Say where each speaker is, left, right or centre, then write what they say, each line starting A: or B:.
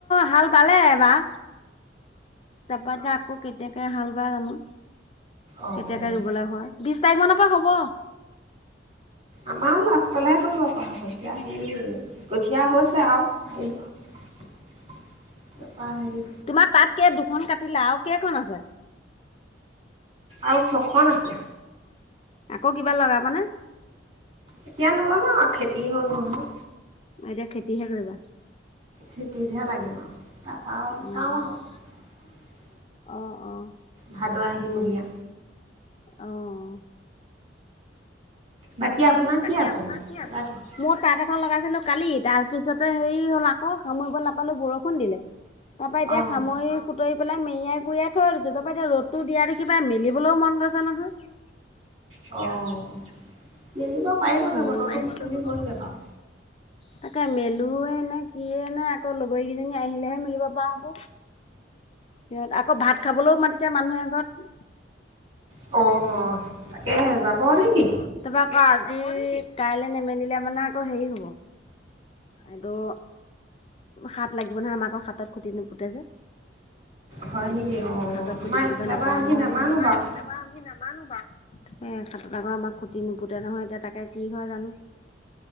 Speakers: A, on the left; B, on the right.
A: হাল বালে এবাৰ তা, পা‌টা আকৌ কেতিয়াকে হাল বাই জানো
B: অ'।
A: কেতিয়াকে ৰুবলৈ হয়, বিচ তাৰিখ মানৰ পৰা হ'ব।
B: আমাৰো লাষ্টলেহে কৰিব পৰা হ'ব, এতিয়া হেৰি কঠীয়া হৈছে আৰু পাৰিব আৰু <unintelligible>
A: তোমাৰ তাত দুখন কাটিলা আৰু কেইখন আছে?
B: আৰু ছখন আছে।
A: আকৌ কিবা লগাব নে?
B: এতিয়া নলগাও খেতি হ'ল নহয়।
A: এতিয়া খেতিহে কৰিবা।
B: খেতিতহে লাগিম আৰু তাৰাপা আৰু
A: অ',
B: চাওঁ আৰু
A: অ', অ'।
B: ভাদ, আহিন মহীয়া
A: অ'
B: বাকী আপোনাৰ কি
A: বাকী
B: আছেনো
A: আপোনাৰ কি
B: লগাই
A: আছেনো?
B: থৈছে
A: মোৰ তাঁত এখন লগাই কালি তাৰ পিছতে হেৰি হ'ল, আকৌ সামৰিব নাপালো বৰষুণ দিলে। তাৰ পৰা এতিয়া
B: অ'।
A: সামৰি সুটৰি পেলাই মেৰিয়াই গুৰিয়াই থৈ দিছো তাপা এতিয়া ৰ'দতটো দিয়া দেখি পাই মেলিবলৈও মন গৈছে নহয়।
B: অ', মেলিব পাৰিবগৈ
A: তাকে <unintelligible>
B: বতৰটো মুকলি হ'লগৈ বাৰু।
A: তাকে মেলো নে কিয়ে নে আকৌ লগৰীকেইজনী আহিলেহে মেলিব পৰা হ'ব, সিহঁত আকৌ ভাত খাবলৈও মাতিছে মানুহে এঘৰত
B: অ' যাব
A: অ',
B: নেকি
A: <unintelligible> আজি কাইলৈ নেমেলিলে মানে আকৌ হেৰি হ'ব এইটো সাত লাগিব নহয়, আমাৰ আকৌ সাতত খুটি নুপুতে যে
B: হয় নেকি অ',
A: সাতত খুটি
B: আমাৰ
A: ফুটিব
B: এইফালে
A: নাপায়
B: বাৰু আমি
A: নহয়
B: নামানো
A: আকৌ
B: বাৰু।
A: আমি নামানো বাৰু আকৌ আমাক খুতি নুপুতে নহয়, এতিয়া তাকে কি হয়, জানো